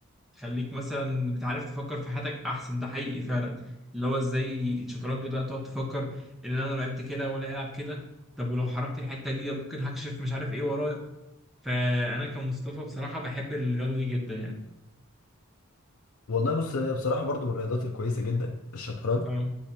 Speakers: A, in the centre; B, on the left.
A: تخليك مثلا بتعرف تفكر في حياتك احسن ده حقيقي فعلا اللي هو ازاي الشطرنج ده تقعد تفكر ان انا لو لعبت كده ولا هيلعب كده طب ولو حركت الحته دي ممكن هكشف مش عارف ايه ورايا فانا كمصطفى بصراحه بحب الرياضه دي جدا يعني
B: والله بص هي بصراحة برضو من الرياضات الكويسة جدا الشطرنج
A: اه